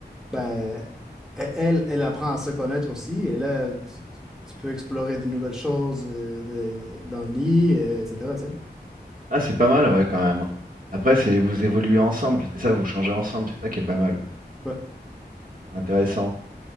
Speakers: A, in the centre; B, on the right.
A: ben, e- elle, elle apprend à se connaître aussi. Et là, tu, tu- tu peux explorer des nouvelles choses euh, de- dans le lit, euh, etc. tu sais.
B: Ah, c'est pas mal, ouais, quand même. Après, c'est vous évoluez ensemble, c'est ça, vous changez ensemble, c'est ça qui est pas mal aussi.
A: Ouais.
B: C'est Intéressant.